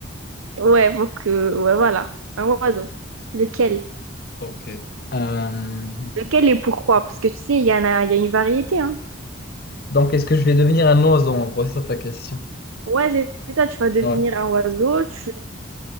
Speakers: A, on the right (about 80°); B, on the left (about 45°).
A: Ouais, faut que... Ouais, voilà. Un oiseau. Lequel?
B: Ok. Euh,
A: Lequel et pourquoi? Parce que tu sais, il y en a, il y a une variété, hein.
B: Donc, est-ce que je vais devenir un oiseau, en gros, c'est ça ta question.
A: Ouais, c'est c'est ça, tu vas devenir
B: Ouais.
A: un oiseau, tu...